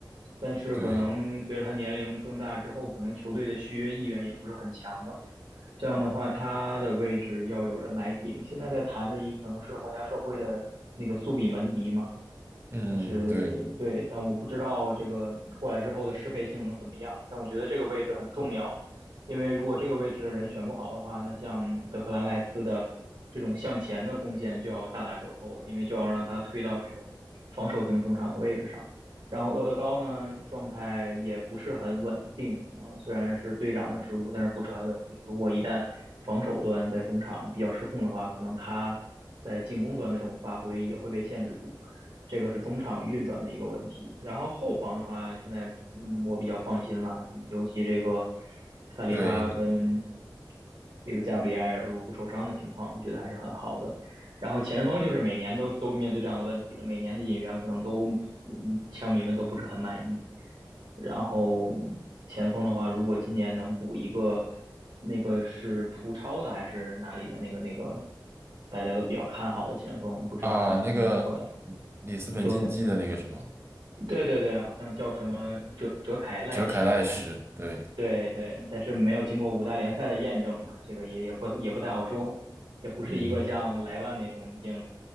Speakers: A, on the right (about 65°); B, on the right (about 30°).
A: 但是可能随着他年龄增大之后，
B: 对，
A: 可能球队的续约意愿也不是很强了。这样的话，他的位置要有人来顶。现在在谈的一个可能是皇家社会的那个苏比门迪嘛。
B: 嗯，
A: 还是对，
B: 对，
A: 但我不知道这个过来之后的适配性能怎么样。但我觉得这个位置很重要，因为如果这个位置的人选不好的话，那像德克兰赖斯的这种向前的贡献就要大打折扣了，因为就要让他推到这种防守型中场的位置上。然后厄德高呢，状态也不是很稳定啊，虽然是队长的职务，但是不是很稳定。如果一旦防守端在中场比较失控的话，可能他在进攻端的这种发挥也会被限制住。这个是中场运转的一个问题。然后后防的话，现在嗯我比较放心了，尤其这个萨利巴跟
B: 对，你
A: 这个加布里埃尔如果不受伤的情况，我觉得还是很好的。然后前锋就是每年都都面对这样的问题了，每年的引援可能都嗯枪迷们都不是很满意。然后前锋的话，如果今年能补一个，那个是葡超的还是哪里的那个那个，大家都比较看好的前锋，不知道他能不能过来
B: 啊，那个里斯本竞技的那个什么，
A: 遮配。对对对，好像叫什么哲哲凯赖什还
B: 哲凯赖什，对，
A: 对对，但是没有经过五大联赛的验证嘛，这个也也不也不太好说，也不是一个像莱万那种已经
B: 嗯，